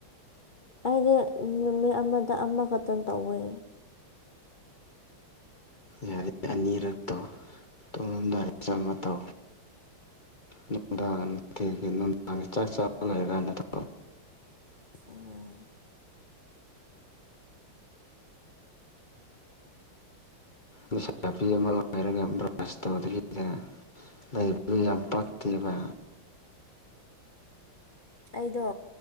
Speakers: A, on the left; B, on the left.
A: ꯑꯩꯗꯤ ꯅꯨꯃꯤꯠ ꯑꯃꯗ ꯑꯃꯈꯛꯇꯪ ꯇꯧꯋꯦ
B: ꯌꯥꯔꯤ ꯑꯅꯤꯔꯛꯇꯣ ꯇꯣꯡꯉꯣꯝꯗꯥꯏꯗ ꯆꯃ ꯇꯧ ꯅꯨꯡꯗꯥꯡ ꯅꯨꯡꯊꯤꯒꯤ ꯅꯨꯡꯗꯥꯡꯒꯤ ꯆꯥꯛ ꯆꯥꯕ ꯂꯩꯔ ꯀꯥꯏꯅ ꯇ
A: ꯑꯣ
B: ꯅꯤꯁꯥ ꯅꯥꯄꯤ ꯑꯃ ꯑꯣꯏꯔꯒ ꯕ꯭ꯔꯁ ꯇꯧꯉꯗ ꯂꯩꯕꯗꯨ ꯌꯥꯝ ꯄꯛꯈꯤꯕ
A: ꯑꯩꯗꯣ